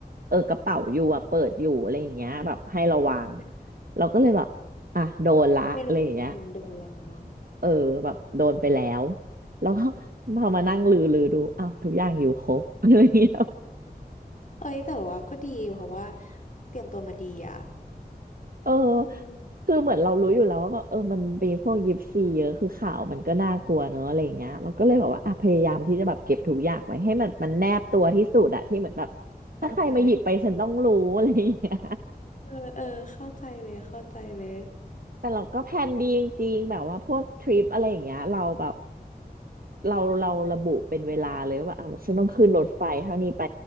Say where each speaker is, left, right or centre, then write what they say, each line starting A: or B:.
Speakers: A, on the right (about 65°); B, on the left (about 50°).
A: เออกระเป๋าอยู่อะเปิดอยู่อะไรอย่างเงี้ยแบบให้ระวัง
B: ม
A: เราก็เลยแบบอ่ะโดนละอะไรอย่างเงี้ย
B: ไม่รู้โดนแล้วเนาะ
A: เออแบบโดนไปแล้ว แล้วก็พอมานั่งลือลือดูอ้าวทุกอย่างอยู่ครบอะไรอย่างเงี้ย
B: เอ้ยแต่ว่าก็ดีเพราะว่าเตรียมตัวมาดีอ่ะ
A: เออ
B: อืม
A: คือเหมือนเรารู้อยู่แล้วว่าแบบเออมันมีพวกยิปซีเยอะคือข่าวมันก็น่ากลัวเนอะอะไรอย่างเงี้ยเราก็เลยแบบว่าอ่ะพยายามที่จะแบบเก็บทุกอย่างไว้ให้มันมันแนบตัวที่สุดอะที่เหมือนแบบ
B: เข้าใจ
A: ถ้าใครมาหยิบไปฉันต้องรู้อะไรอย่างเงี้ย
B: เออเออเข้าใจเลยเข้าใจเลย
A: <laughs> แต่เราก็แพลนดีจริงๆแบบว่าพวกทริปอะไรอย่างเงี้ยเราแบบเราเราระบุเป็นเวลาเลยว่าแบบอ่ะฉันต้องขึ้นรถไฟเท่านี้ไป